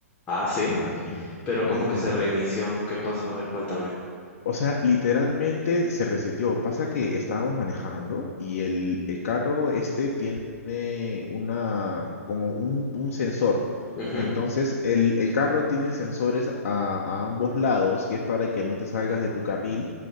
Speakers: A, on the left; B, on the left.
A: Ah, sí.
B: imagínate.
A: Pero
B: Ujú.
A: ¿cómo que se reinició? ¿Qué pasó? A ver, cuéntame.
B: O sea, literalmente se reseteó. Pasa que estábamos manejando y el, el carro este tiene una, como un, un sensor.
A: Ujú.
B: Entonces, el, el carro tiene sensores a, a ambos lados, que es para que no te salgas de tu carril,